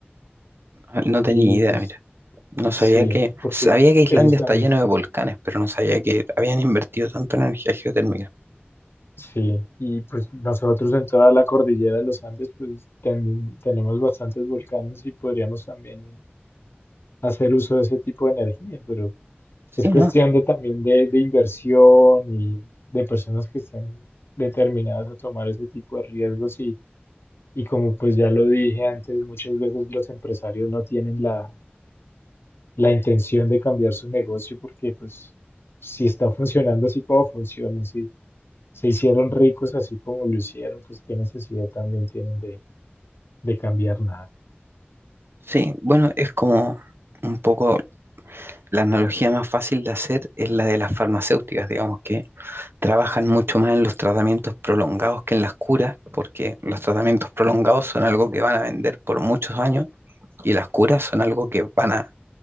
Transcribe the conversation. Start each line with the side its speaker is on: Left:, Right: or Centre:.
Right: Ah, No tenía
Left: Y
Right: idea,
Left: pues
Right: mira. No sabía
Left: sí,
Right: que,
Left: porque
Right: sabía que Islandia
Left: ellos también
Right: está lleno de volcanes, pero no sabía que habían invertido tanto en energía geotérmica.
Left: Sí, y pues nosotros en toda la cordillera de los Andes pues ten- tenemos bastantes volcanes y podríamos también hacer uso de ese tipo de energía, pero
Right: Sí,
Left: es cuestión
Right: ¿no?
Left: de también de, de inversión y de personas que estén determinadas a tomar ese tipo de riesgos y, y como pues ya lo dije antes, muchas veces los empresarios no tienen la, la intención de cambiar su negocio porque pues si está funcionando así como funciona, si se hicieron ricos así como lo hicieron, pues qué necesidad también tienen de, de cambiar nada.
Right: Sí, bueno, es como un poco La analogía más fácil de hacer es la de las farmacéuticas, digamos, que trabajan mucho más en los tratamientos prolongados que en las curas, porque los tratamientos prolongados son algo que van a vender por muchos años y las curas son algo que van a